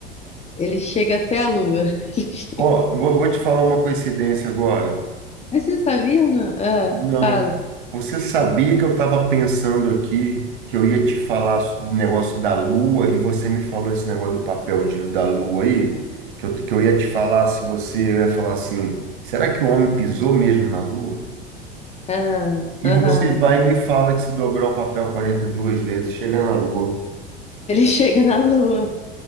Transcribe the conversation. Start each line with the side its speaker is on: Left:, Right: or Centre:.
Left: Ele chega até a lua. <laughs> Ele chega-
Right: Ó, eu vou, vou te falar uma coincidência agora.
Left: Mas você sabia ou não? Ah,
Right: Não.
Left: fala.
Right: Você sabia que eu estava pensando aqui que eu ia te falar so- do negócio da Lua e você me falou esse negócio do papel de, da Lua aí? Que eu, que eu ia te falar, se você eu ia falar assim, será que o homem pisou mesmo na Lua?
Left: Ah,
Right: E
Left: aham.
Right: você vai e me fala que se dobrar o papel quarenta e duas vezes, chega na Lua.
Left: Ele <laughs> chega na lua.